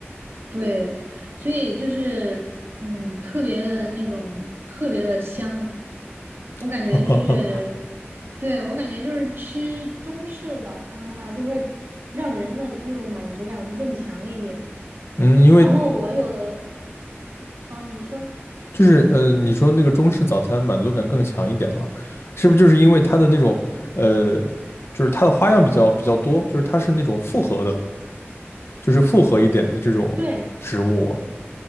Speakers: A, on the right; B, on the left.
A: 对，所以就是嗯，特别的那种特别的香，
B: <laughs>
A: 我感觉就是，
B: 哈哈哈，
A: 对，我感觉就是吃中式的早餐的话，就会让人的那种满足感会更强一点。
B: <laughs> 嗯，因为
A: 然后我有的，哦，你说，
B: 就是呃，你说那个中式早餐满足感更强一点嘛，是不是就是因为它的那种呃，就是它的花样比较比较多，就是它是那种复合的，就是复合一点的这种食物。
A: 对